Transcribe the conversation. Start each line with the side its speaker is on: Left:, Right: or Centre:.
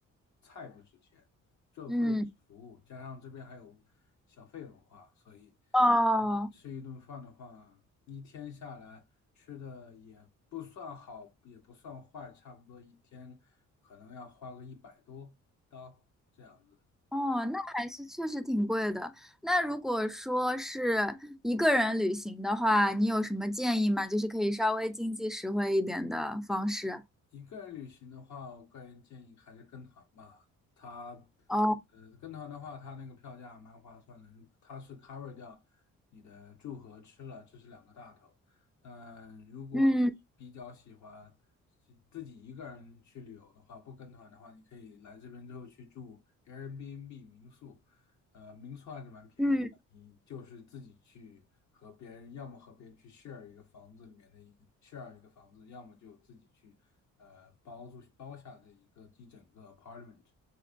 Left: 菜不值钱，最贵的是服务，
Centre: 嗯，
Left: 加上这边还有小费文化，所以，
Centre: 哦
Left: 可能吃一顿饭的话，一天下来吃的也不算好，也不算坏，差不多一天可能要花个一百多刀这样子。
Centre: 哦，那还是确实挺贵的。那如果说是一个人旅行的话，你有什么建议吗？就是可以稍微经济实惠一点的方式。
Left: 一个人旅行的话，我个人建议还是跟团吧。它，
Centre: 哦，
Left: 呃，跟团的话，它那个票价蛮划算的，如它是 cover 掉你的住和吃了，这是两个大头。但如果你比较喜欢自自己一个人去旅游的话，
Centre: 嗯
Left: 不跟团的话，你可以来这边之后去住 Airbnb 民宿，呃，民宿还是蛮便宜的。
Centre: 嗯
Left: 你就是自己去和别人，要么和别人去 share 一个房子里面的一个 share 一个房子，要么就自己去呃包住包下这一个一整个 apartment。